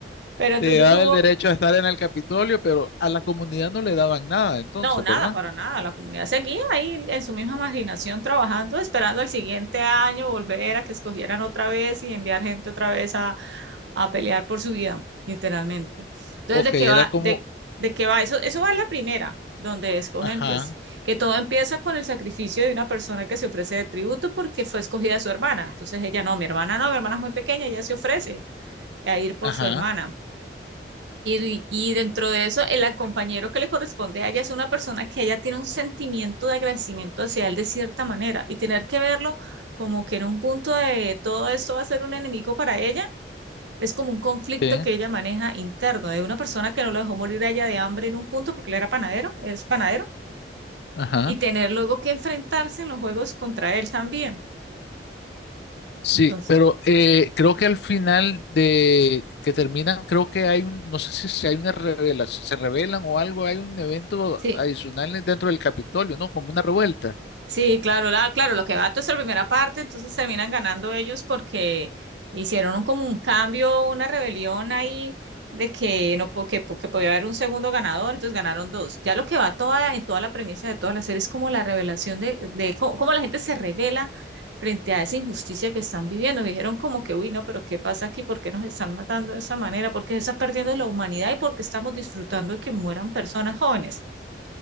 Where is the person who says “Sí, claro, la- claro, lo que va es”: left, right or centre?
Right